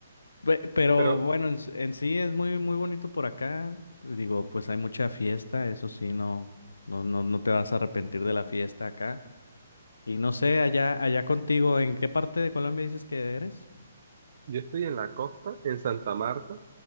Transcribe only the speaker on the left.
Pe- Pero
bueno, en, s- en sí es muy, muy bonito por acá. Digo, pues hay mucha fiesta, eso sí, no, no, no, no te vas a arrepentir de la fiesta acá. Y no sé, allá, allá contigo, ¿en qué parte de Colombia dices que eres?